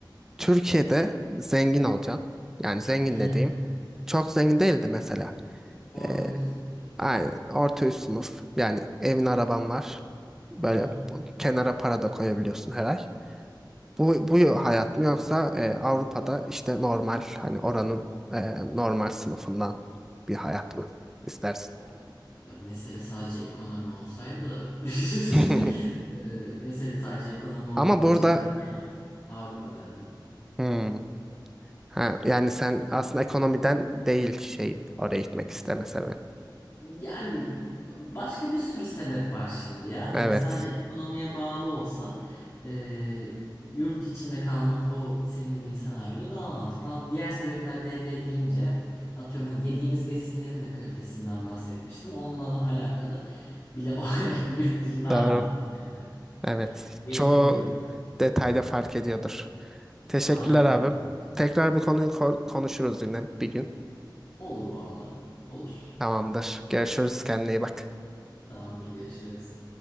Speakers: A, in the centre; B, on the left.
A: Türkiye'de zengin olacaksın. Yani zengin
B: <laughs>
A: dediğim çok zengin değildi mesela.
B: Orta
A: E,
B: üst sınıf gibi.
A: aynen orta üst sınıf. Yani evin araban var. Böyle
B: Hı hı.
A: kenara para da koyabiliyorsun her ay. Bu, bu hayat mı yoksa e, Avrupa'da işte normal hani oranın e, normal sınıfından bir hayat mı istersin?
B: O- Ya mesele sadece ekonomi olsaydı <laughs>
A: <laughs>
B: e, mesele sadece ekonomi olmadığı
A: Ama burada
B: için ben gene Avrupa derdim.
A: Hmm. ha, yani sen aslında ekonomiden değil şeyin oraya gitmek isteme sebebi.
B: Yani başka bir sürü sebep var şimdi ya.
A: Evet
B: Hani sadece ekonomiye bağlı olsa e, yurt içinde kalmak o senin dediğin senaryoda daha mantıklı. Ama Diğer sebepler devreye girince atıyorum hani yediğimiz besinlerin de kalitesinden bahsetmiştim. Onunla alakalı bile <laughs> olarak yurt dışı daha
A: doğru
B: mantıklı bence
A: evet
B: diye
A: çoğu
B: düşünüyorum.
A: detayda fark ediyordur. Teşekkürler
B: Aynen
A: abim.
B: öyle.
A: Tekrar bu konuyu ko- konuşuruz yine bir gün.
B: Olur valla. Olur.
A: Tamamdır. Görüşürüz kendine iyi bak.
B: Tamamdır görüşürüz.